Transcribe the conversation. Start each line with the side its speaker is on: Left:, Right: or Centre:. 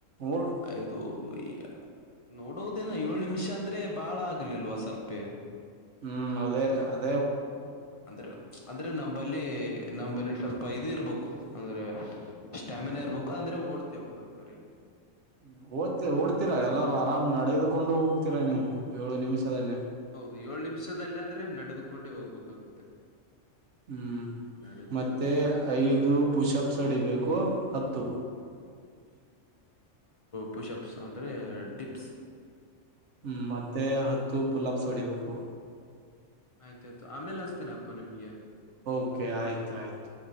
Right: ಓಡ್
Left: ಇದು ಈ ನೋಡೋದೇನ ಏಳ್ ನಿಮಿಷ ಅಂದ್ರೆ ಬಾಳ ಆಗ್ಲಿಲ್ವ ಸ್ವಲ್ಪೇ
Right: ಹ್ಮ್ ಅದೇ ಅ
Left: ಹ್ಮ ಅಂದ್ರೆ ಅಂದ್ರೆ ನಂಬಲ್ಲಿ ನಂಬಲ್ಲಿ ಸ್ವಲ್ಪ ಇದು ಇರ್ಬೇಕು ಅಂದ್ರೆ ಸ್ಟಾಮಿನಾ ಇರ್ಬೇಕು ಅಂದ್ರೆ ಓಡ್ತವಬ್ಬಡು ಕರಿ
Right: ಹ್ಮ ಓದ್ತಿ ಓಡ್ತೀರಾ ಎಲ್ಲಾರು ಆರಾಮ್ ನಡೆದುಕೊಂಡು ಹೋಗ್ತೀರಾ ನೀವು ಏಳು ನಿಮಿಷದಲ್ಲಿ
Left: ಹೌದು ಏಳ್ು ನಿಮಿಷದಲ್ಲಾಂದ್ರೆ ನಡೆದುಕೊಂಡೆ ಹೋಗ್ಬೇಕಾಗುತ್ತೆ
Right: ಹ್ಞ
Left: ನಡೀತ್
Right: ಮತ್ತು
Left: ನಡೀತ್
Right: ಐದು
Left: ಪರವಾಗಿಲ್ಲ
Right: ಪುಷ್ಪ್ಸ್ ವಡಿಬೇಕು ಹತ್ತು
Left: ಪುಷ್ಪ್ಸ್ ಅಂದ್ರೆ ಡಿಪ್ಸ್
Right: ಹ್ಮ್ ಮತ್ತೆ ಹತ್ತು ಪುಲಾಬ್ಸ್ ಹೊಡಿಬೇಕು
Left: ಆಯ್ತಾಯ್ತು ಆಮೇಲೆ ಅಸ್ತೇನ ಅಪ್ಪ ನಿಮ್ಗೆ
Right: ಓಕೆ ಆಯ್ತ ಆಯ್ತು